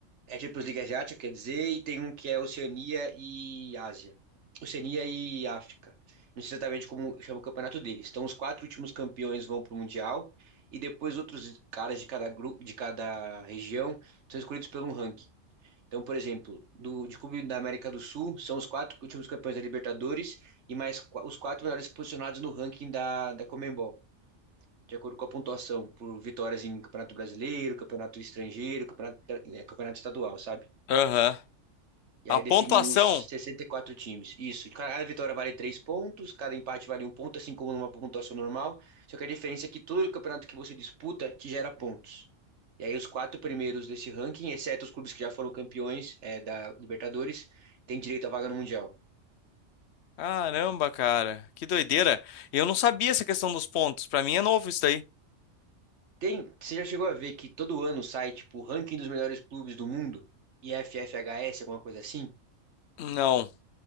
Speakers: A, on the right; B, on the left.
A: é Champions League Asiática, quer dizer, e tem um que é Oceania e Ásia. Oceania e África. Não sei exatamente como chama o campeonato deles. Então, os quatro últimos campeões vão para o Mundial e depois outros caras de cada grupo, de cada região, são escolhidos pelo um ranking. Então, por exemplo, do, de clube da América do Sul, são os quatro últimos campeões da Libertadores e mais qua- os quatro melhores posicionados no ranking da, da Conmebol, de acordo com a pontuação por vitórias em Campeonato Brasileiro, Campeonato Estrangeiro, Campeonato, eh, campeonato Estadual, sabe?
B: Aham.
A: E
B: A
A: aí
B: pontuação.
A: definiu os 64 times. Isso. Cada vitória vale 3 pontos, cada empate vale um ponto, assim como numa pontuação normal. Só que a diferença é que todo campeonato que você disputa te gera pontos. E aí os quatro primeiros desse ranking, exceto os clubes que já foram campeões é, da Libertadores, têm direito à vaga no Mundial.
B: Caramba, cara. Que doideira. Eu não sabia essa questão dos pontos. Pra mim é novo isso daí.
A: Tem, você já chegou a ver que todo ano sai, tipo, o ranking dos melhores clubes do mundo? IFFHS, alguma coisa assim?
B: Não.